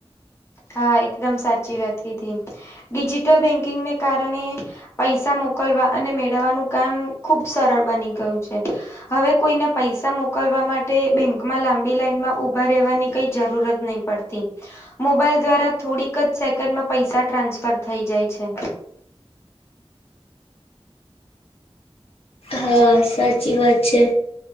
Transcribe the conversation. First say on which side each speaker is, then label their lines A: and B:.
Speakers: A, on the left (about 25°); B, on the left (about 70°).
A: હા એકદમ સાચી વાત ક હતી ડિજિટલ બેંકિંગને કારણે પૈસા મોકલવા અને મેળવવાનું કામ ખુબ સરળ બની ગયું છે. હવે કોઈને પૈસા મોકલવા માટે બેંકમાં લાંબી લાઈનમાં ઉઊભા રહેવાની કઈ જરૂરત નહી. મોબાઈલ દ્વારા થોડીક જ સેકન્ડમાં પૈસા ટ્રાન્સફર થઈ જાય છે.
B: હા સાચી વાત છે